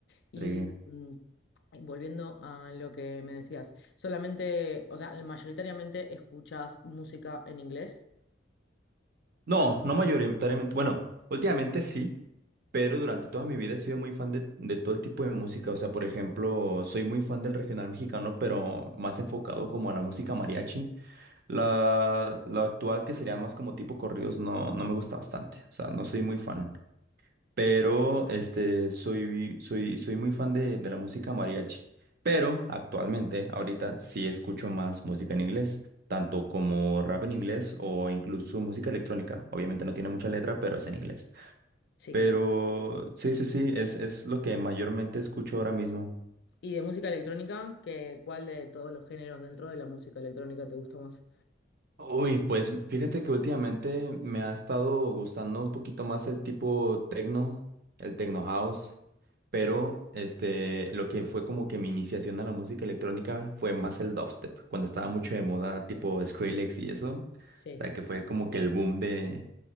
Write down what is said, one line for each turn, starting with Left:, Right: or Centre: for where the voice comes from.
Left: Y
Right: Fregué.
Left: mm, y volviendo a lo que me decías, solamente, o sea, mayoritariamente escuchas música en inglés.
Right: No, no mayoritariamente, bueno, últimamente sí. Pero durante toda mi vida he sido muy fan de, de todo el tipo de música. O sea, por ejemplo, soy muy fan del regional mexicano, pero más enfocado como a la música mariachi. La, la actual, que serían más como tipo corridos, no, no me gusta bastante. O sea, no soy muy fan. Pero este, soy, soy, soy muy fan de, de la música mariachi. Pero actualmente, ahorita, sí escucho más música en inglés, tanto como rap en inglés o incluso música electrónica. Obviamente no tiene mucha letra, pero es en inglés.
Left: Sí,
Right: Pero
Left: claro.
Right: sí, sí, sí, es, es lo que mayormente escucho ahora mismo.
Left: Y de música electrónica, que, ¿cuál de todos los géneros dentro de la música electrónica te gusta más?
Right: Uy, pues fíjate que últimamente me ha estado gustando un poquito más el tipo techno, el techno house, pero
Left: Bien,
Right: este, lo que fue como que mi iniciación a la música electrónica fue más el dubstep, cuando estaba mucho de moda, tipo Skrillex y eso.
Left: sí,
Right: O sea, que fue como que el boom de,